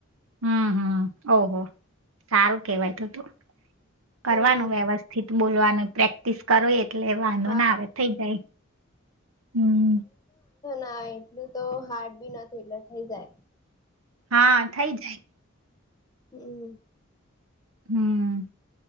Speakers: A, on the right; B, on the left.
A: હમ હમ, ઓહો સારું કેવાય તો તો. કરવાનું
B: હમ
A: વ્યવસ્થિત. બોલવાનું પ્રેક્ટિસ કરો એ એટલે વાંધો
B: હા
A: ના આવે થઇ જાય, હમ.
B: હા એટલું તો હાર્ડ બી નથી એટલે થઈ જાય.
A: હા થઈ જાય.
B: હમ.
A: હમ.